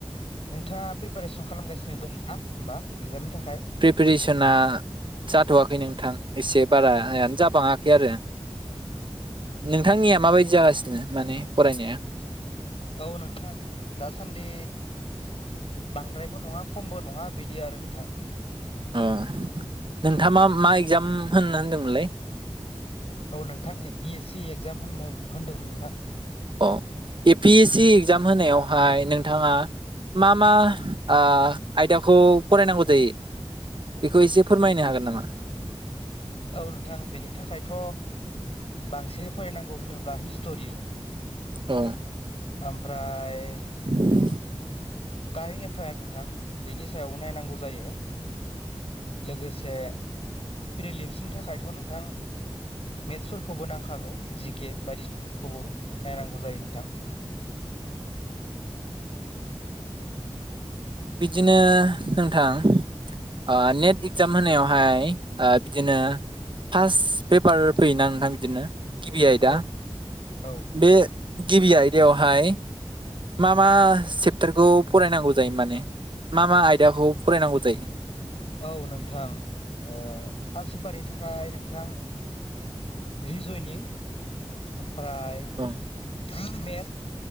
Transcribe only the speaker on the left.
नोंथाङा प्रिपेरेसन खालामगासिनो दङ ना होमबा एगजामनि थाखाय
औ नोंथां दासान्दि बांद्रायबो नङा खमबो नङा बिदि आरो नोंथां
औ नोंथां A P A C exam होननो होनदोंमोन नोंथां
औ नोंथां बेनि थाखायथ बांसिनै फरायनांगौ होनोब्ला हिस्टरि
आमफ्राय
कारेन्ट एफायार नोंथां बेनि सायावबो नायनांगौ जायो लोगोसे फ्रिलिनसनि थाखायथ नोंथां मेथ्सफोरखौबो नांखागौ जिके बायदिसिनफोरखौबो नायनांगौ जायो नोंथां
औ औ
औ नोंथां ओ फास सेपारनि थाखाय नोंथां रिजयनिं फ्राय
<unintelligible> मे